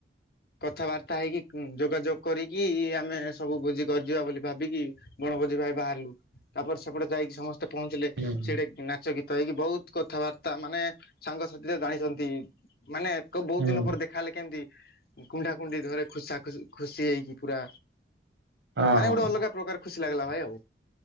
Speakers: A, on the left; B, on the right.
A: କଥାବାର୍ତ୍ତା ହେଇକି ଯୋଗାଯୋଗ କରିକି ଆମେ ସବୁ ଭୋଜି କରିଯିବା ବୋଲି ଭାବିକି ବ ବଣ ଭୋଜି ପାଇଁ ବାହାରିଲୁ। ତାପରେ ସେପଟେ ଯାଇକି ସମସ୍ତେ ପହଞ୍ଚିଲେ,
B: ହୁଁ
A: ସେଇଟି ଉଁ ନାଚ ଗୀ ଗୀତ ହେଇକି ବହୁତ କଥାବାର୍ତ୍ତା ମାନେ ସାଙ୍ଗସାଥିରେ ଜାଣିଚନ୍ତି ମାନେ କୋଉ ବହୁତ
B: ହୁଁ
A: ଦିନ ପରେ ଦେଖାହେଲେ କେମତି କୁଣ୍ଢାକୁଣ୍ଢି ଧରେ ଖୁସା ଖୁସି ଖୁସୀ ହେଇକି ପୁରା,
B: ହଁ
A: ମାନେ
B: ହଁ
A: ଗୋଟେ ଅଲଗା ପ୍ରକାର ଖୁସି ଲାଗିଲା ଭାଇ ଆଉ।